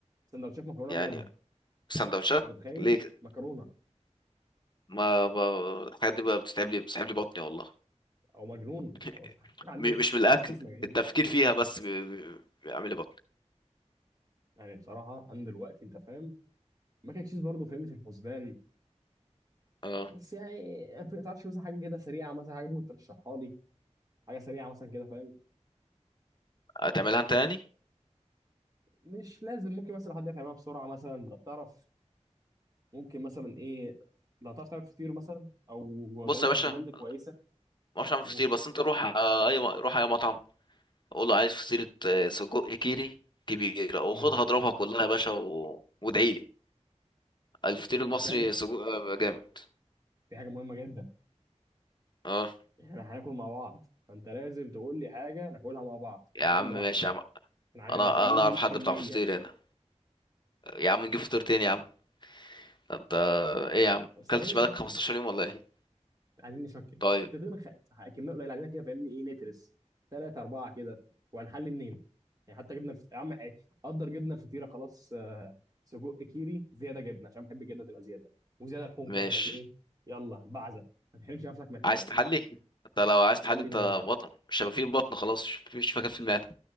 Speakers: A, on the right (about 30°); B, on the left (about 40°).
A: سندوتشات مكرونه
B: يعني
A: بجد
B: سندوتشات
A: انت متخيل
B: ليه كده
A: مكرونه
B: ما ب- الحاجات دي بقى بتتعب لي بتتعب لي بطني والله
A: او مجنون
B: <laughs>
A: <laughs> هو عندي
B: م-
A: ناس
B: مش من الاكل
A: اعرف ناس مجانين
B: التفكير فيها بس بي- بي- بيعمل لي بطني
A: يعني بصراحه انا دلوقتي انت فاهم ماك اند تشيز برضه فاهمني في الحسبان
B: اه
A: بس يعني ما تعرفش مثلا حاجه كده سريعه مثلا حاجه ممكن ترشحها لي حاجه سريعه مثلا كده فاهم
B: هتعملها انت يعني
A: مش لازم ممكن مثلا حد يفهمها بسرعه مثلا لو تعرف ممكن مثلا ايه لو تعرف تعمل فطير مثلا او
B: بص
A: طريقه
B: يا باشا
A: بشاميل كويسه
B: ما اعرفش اعمل
A: و...
B: فطير بس انت روح آه، اي م- روح اي مطعم قول له عايز فطيرة آه، سجق كيري كبيرة وخدها
A: مم.
B: اضربها كلها يا باشا و... وادعي لي الفطير المصري
A: لا ثانيه
B: سجق آه، جامد
A: في حاجه مهمه جدا
B: اه
A: احنا هناكل مع بعض فانت لازم تقول لي حاجه ناكلها مع بعض
B: يا
A: أنا مش
B: عم
A: هاكل لوحدي
B: ماشي يا عم
A: احنا يعني
B: انا
A: محتاجين
B: انا اعرف
A: نجيب
B: حد
A: كميه
B: بتاع فطير هنا يا عم نجيب فطير تاني يا عم ده انت ايه يا عم
A: بس
B: اكلتش
A: عايزين نشكل
B: بقالك 15 يوم ولا ايه
A: عايزين نشكل
B: طيب
A: فترتين خ... كميه قليله عايزين كده فاهمني ايه نترس ثلاثه اربعه كده وهنحل اتنين يعني حتى جبنا الف... يا عم إيه، قدر جبنا الفطيره خلاص آه، سجق كيري زياده جبنه عشان بحب الجبنه تبقى زياده وزياده لحوم
B: ماشي
A: كمان عشان ايه يلا بعزق ما تحرمش نفسك من حاجه
B: عايز تحلي انت لو عايز
A: نحل
B: تحلي انت
A: منين بقى
B: بطن مش هيبقى فيه بطن خلاص مش مش مكان في المعده